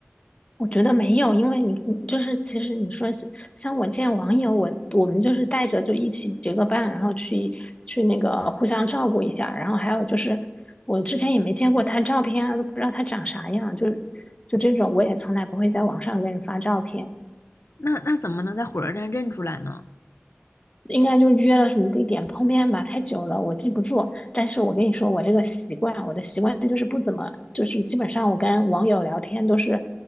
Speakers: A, on the left (about 25°); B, on the left (about 85°).
A: 我觉得没有，因为你你就是其实你说是像我见网友，我我们就是带着就一起结个伴，然后去去那个互相照顾一下，然后还有就是我之前也没见过他照片啊，都不知道他长啥样，就就这种我也从来不会在网上给人发照片。
B: 那那怎么能在火车站认出来呢？
A: 应该就约了什么地点碰面吧，太久了，我记不住。但是我跟你说，我这个习惯，我的习惯就是不怎么，就是基本上我跟网友聊天都是